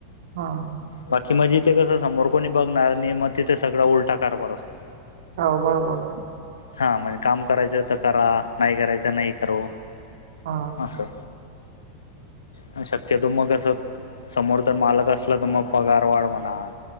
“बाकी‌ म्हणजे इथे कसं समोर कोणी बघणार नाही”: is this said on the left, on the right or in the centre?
Left